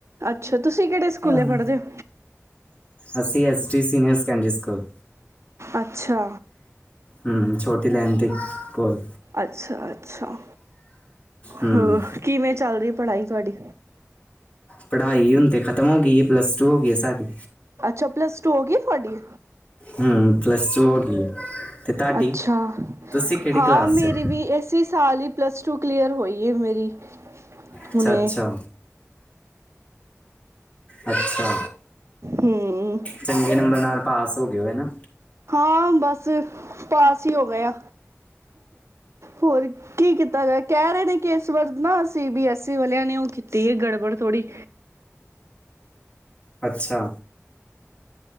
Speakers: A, on the right (about 60°); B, on the left (about 25°).
A: ਅੱਛਾ ਤੁਸੀਂ ਕਿਹੜੇ ਸਕੂਲੇ
B: ਅਹ
A: ਪੜ੍ਹਦੇ ਹੋ?
B: ਅਸੀ ਅ ਸ੍ਰੀ ਸੀਨੀਅਰ ਸਕੈਂਡਰੀ ਸਕੂਲ
A: ਅੱਛਾ
B: ਹੂੰ ਛੋਟੀ ਲਾਈਨ ਤੇ ਕੋਲ
A: ਅੱਛਾ ਅੱਛਾ
B: ਹੂੰ
A: ਹਮ ਕਿਵੇਂ ਚੱਲ ਰਹੀ ਪੜ੍ਹਾਈ ਤੁਹਾਡੀ
B: ਪੜ੍ਹਾਈ ਹੁਣ ਤੇ ਖ਼ਤਮ ਹੋ ਗਈ ਹੈ ਪਲੱਸ ਟੂ ਹੋ ਗਈ ਹੈ ਸਾਡੀ
A: ਅੱਛਾ ਪਲੱਸ ਟੂ ਹੋ ਗਈ ਤੁਹਾਡੀ
B: ਹਮ ਪਲੱਸ ਟੂ ਹੋ ਗਈ ਹੈ ਤੇ ਤੁਹਾਡੀ
A: ਅੱਛਾ
B: ਤੁਸੀਂ ਕਿਹੜੀ
A: ਹਾਂ
B: ਕਲਾਸ
A: ਮੇਰੀ
B: ਚ
A: ਵੀ ਇਸੇ ਸਾਲ ਹੀ ਪਲੱਸ ਟੂ ਕਲੀਅਰ ਹੋਈ ਹੈ ਮੇਰੀ
B: ਅੱਛਾ
A: ਹੁਣੇ
B: ਅੱਛਾ ਅੱਛਾ
A: ਹਮ
B: ਚੰਗੇ ਨੰਬਰ ਨਾਲ ਪਾਸ ਹੋ <unintelligible> ਹੈ ਨਾ
A: ਹਾਂ ਬਸ ਪਾਸ ਹੀ ਹੋ ਗਏ ਆ ਹੋਰ ਕੀ ਕੀਤਾ ਜਾਏ ਕਹਿ ਰਹੇ ਨੇ ਕੇ ਇਸ ਵਾਰ ਨਾ ਸੀ ਬੀ ਐਸ ਈ ਵਾਲਿਆਂ ਨੇ ਉਹ ਕੀਤੀ ਹੈ ਗੜਬੜ ਥੋੜੀ
B: ਅੱਛਾ